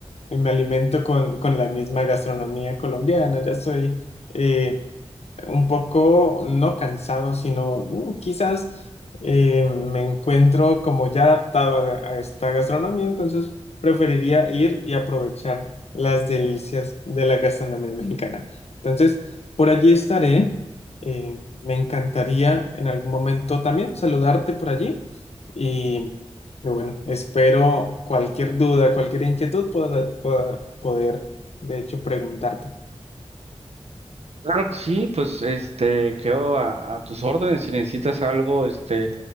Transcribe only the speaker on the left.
eh, me alimento con, con la misma gastronomía colombiana, ya soy... eh, un poco, no cansado, sino uh, quizás eh, me encuentro como ya adaptado a, a esta gastronomía, entonces preferiría ir y aprovechar las delicias de la gastronomía mexicana. Entonces, por allí estaré. eh, me encantaría en algún momento también saludarte por allí y, y bueno, espero cualquier duda, cualquier inquietud pueda, pueda poder, de hecho, preguntarte.